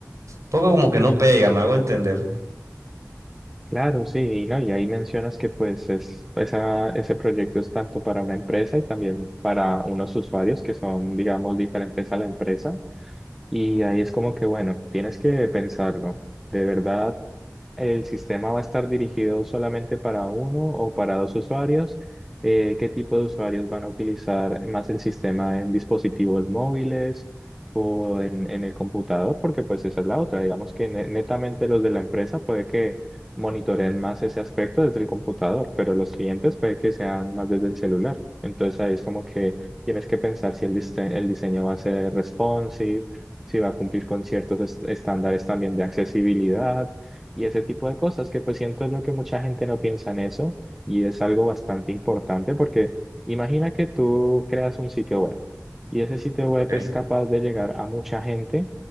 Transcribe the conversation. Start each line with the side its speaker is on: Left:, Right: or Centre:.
Right: poco como que no pegan, me hago entender.
Centre: Claro, sí, y no, y ahí mencionas que pues es, esa, ese proyecto es tanto para una empresa y también para unos usuarios que son, digamos, diferentes a la empresa. Y ahí es como que, bueno, tienes que pensarlo. De verdad, ¿El sistema va a estar dirigido solamente para uno o para dos usuarios? Eh, ¿qué tipo de usuarios van a utilizar más el sistema en dispositivos móviles o en, en el computador? Porque pues esa es la otra. Digamos que ne- netamente los de la empresa puede que monitoreen más ese aspecto desde el computador, pero los clientes puede que sean más desde el celular. Entonces ahí es como que tienes que pensar si el, diste- el diseño va a ser responsive, si va a cumplir con ciertos est- estándares también de accesibilidad y ese tipo de cosas que pues siento yo que mucha gente no piensa en eso y es algo bastante importante porque imagina que tú creas un sitio web y ese sitio web
Right: Ok.
Centre: es capaz de llegar a mucha gente